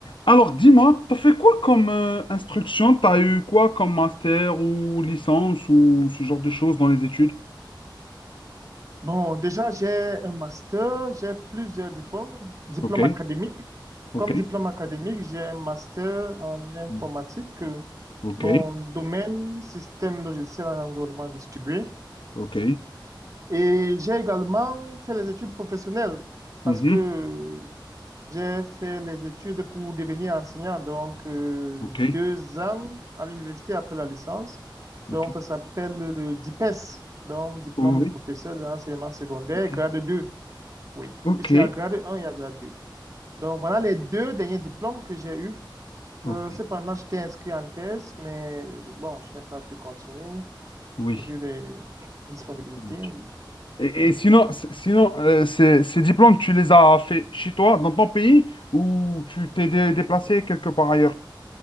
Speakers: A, on the left; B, on the right.
A: Alors, dis-moi, t'as fait quoi comme euh, instruction? T'as eu quoi comme master ou licence ou ce genre de choses dans les études?
B: Bon, déjà, j'ai un master, j'ai plusieurs diplômes, diplômes
A: Ok,
B: académiques.
A: ok,
B: Comme diplôme académique, j'ai un master en informatique,
A: mm,
B: euh,
A: ok,
B: bon, domaine système logiciel en environnement distribué.
A: ok,
B: Et j'ai également fait les études professionnelles
A: mhm,
B: parce que j'ai fait les études pour devenir enseignant, donc euh,
A: ok,
B: deux ans à l'université après la licence.
A: ok,
B: Donc, ça s'appelle le DIPES, donc diplôme
A: oh
B: de
A: oui,
B: professeur de l'enseignement secondaire,
A: ok,
B: grade 2. Oui,
A: ok,
B: puisqu'il y a grade 1, il y a grade 2. Donc voilà les deux derniers diplômes que j'ai eus.
A: ok,
B: Euh, cependant, j'étais inscrit en thèse, mais bon, je n'ai pas pu continuer
A: oui.
B: vu les disponibilités.
A: ça marche. Et,
B: Ah Oui.
A: et sinon, c- sinon euh, ces, ces diplômes, tu les as fait chez toi, dans ton pays, ou tu t'es dé- déplacé quelque part ailleurs?